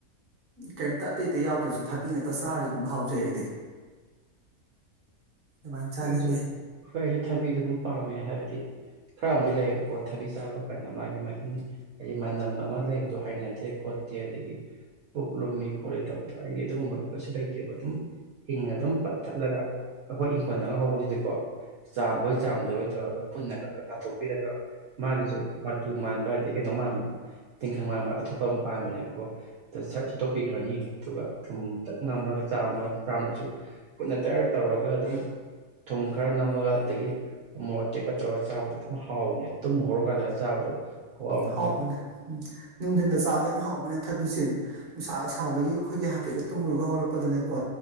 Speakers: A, on the right (about 45°); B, on the right (about 65°).
A: ꯀꯩꯝꯇ ꯑꯇꯩ ꯑꯇꯩ ꯌꯥꯎꯗ꯭ꯔꯁꯨ ꯊꯕꯤ ꯉꯥꯛꯇ ꯆꯥꯔꯁꯨ ꯑꯗꯨꯝ ꯍꯥꯎꯖꯩ ꯑꯩꯗꯤ ꯑꯗꯨꯃꯥꯏꯅ ꯆꯥꯅꯤꯡꯉꯦ
B: ꯍꯣꯏꯁꯨ ꯍꯣꯏ ꯑꯩꯁꯨ ꯊꯕꯤꯗꯣ ꯑꯗꯨꯝ ꯄꯥꯝꯃꯦ ꯍꯥꯏꯕꯗꯤ ꯈꯔ ꯑꯃꯗꯤꯝ ꯂꯩꯌꯦꯕꯀꯣ ꯊꯕꯤ ꯆꯥꯕ ꯀꯅ ꯃꯥꯒꯤ ꯃꯍꯤꯡ ꯍꯥꯏꯗꯤ ꯃꯅꯝ ꯑꯃ ꯂꯩꯕꯗꯣ ꯍꯥꯏꯅꯗꯦ ꯈꯣꯠꯇꯦ ꯑꯗꯒꯤ ꯄꯨꯛ ꯂꯨꯝꯃꯤ ꯈꯣꯠꯂꯤ ꯇꯧꯕꯗꯣ ꯑꯩꯗꯤ ꯑꯗꯨꯒꯨꯝꯕꯗꯨ ꯀꯩꯁꯨ ꯂꯩꯇꯦꯕ ꯑꯗꯨꯝ ꯍꯤꯡ ꯑꯗꯨꯝ ꯄꯠ ꯊꯠꯂꯒ ꯑꯩꯈꯣꯏ ꯏꯪꯈꯣꯜꯗꯒ ꯍꯧꯕꯁꯤꯗꯤꯀꯣ ꯆꯥꯝꯕꯣꯏ ꯆꯥꯝꯗꯕꯣꯏ ꯇꯧꯔꯒ ꯈꯨꯟꯅ ꯈꯛ ꯇꯥꯟꯊꯣꯛꯄꯤꯔꯒ ꯃꯥꯒꯤꯁꯨ ꯃꯇꯨ ꯃꯥꯟꯕ ꯑꯗꯗꯒꯤ ꯀꯩꯅꯣꯥꯃꯥꯟꯕ ꯇꯤꯡꯈꯪ ꯃꯥꯟꯕ ꯑꯇꯣꯞꯄ ꯑꯃ ꯄꯥꯟꯕꯅꯦꯕꯀꯣ ꯁꯤꯠꯇꯣꯛꯄꯤꯈ꯭ꯔꯅꯤ ꯑꯗꯨꯒ ꯊꯨꯝ ꯇꯛ ꯉꯝꯃꯒ ꯆꯥꯝꯃ ꯆꯥꯝꯗꯁꯨ ꯈꯨꯠꯅ ꯇꯔ ꯇꯧꯔꯒ ꯑꯗꯨꯝ ꯊꯨꯝ ꯈꯔ ꯅꯝꯃꯒ ꯑꯗꯒꯤ ꯑꯃꯣꯔꯣꯛ ꯇꯦꯛꯄꯒ ꯇꯧꯔꯒ ꯆꯥꯕꯗ ꯑꯗꯨꯝ ꯍꯥꯎꯕꯅꯦ ꯇꯨꯝ ꯍꯧꯔꯀꯥꯟꯗ ꯆꯥꯕꯗꯣ ꯈꯨꯍꯥꯎ ꯑꯃ
A: ꯍꯥꯎꯕꯅꯦ
B: ꯍꯥꯎ
A: ꯎꯝ ꯅꯨꯡꯊꯤꯟꯗ ꯆꯥꯕ ꯌꯥꯝ ꯍꯥꯎꯕꯅꯦ ꯊꯕꯤꯁꯦ ꯅꯨꯡꯁꯥ ꯁꯥꯕꯒꯤ ꯑꯩꯈꯣꯏꯒꯤ ꯍꯥꯐꯦꯠꯀ ꯇꯨꯝꯃꯨꯔꯒ ꯍꯧꯒꯥꯠꯂꯛꯄꯗꯅꯦꯀꯣ